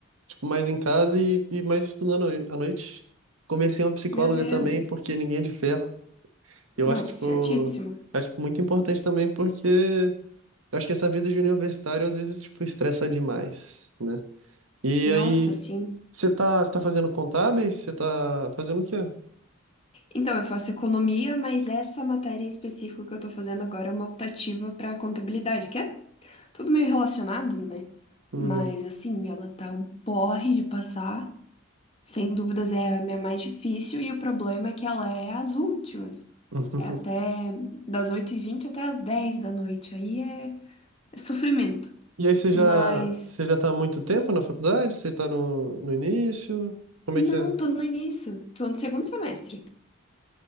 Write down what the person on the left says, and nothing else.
Meu Deus.
Não,
certíssimo.
Nossa,
sim.
Então, eu faço economia, mas essa matéria em específico que eu tô fazendo agora é uma optativa pra contabilidade, que é tudo meio relacionado, né?
Mas assim, ela tá um porre de passar. Sem dúvidas é a minha mais difícil e o problema é que ela é as últimas.
É até das oito e vinte até as 10 da noite. Aí é, é sofrimento.
Mas
não,
tô no início. Tô no segundo semestre,